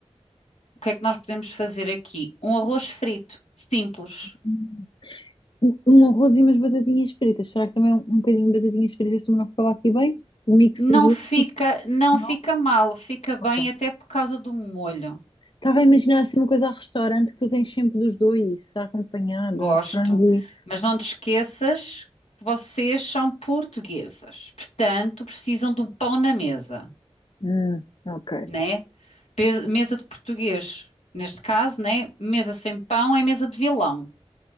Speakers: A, on the left; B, on the left.
A: o que é que nós podemos fazer aqui? Um arroz frito, simples.
B: um um arroz e umas batatinhas fritas. Será que também é um, um bocadinho de batatinhas fritas, se não falar aqui bem? O mix
A: Não
B: dos dois,
A: fica,
B: sim.
A: não
B: Não?
A: fica mal, fica bem
B: Ok.
A: até por causa do molho.
B: Estava a imaginar assim uma coisa a restaurante que tu tens sempre dos dois, está acompanhado,
A: Gosto,
B: frango e...
A: mas não te esqueças que vocês são portuguesas, portanto precisam de um pão na mesa,
B: Hum, ok.
A: né? Pe- Mesa de português, neste caso, né? Mesa sem pão é mesa de vilão.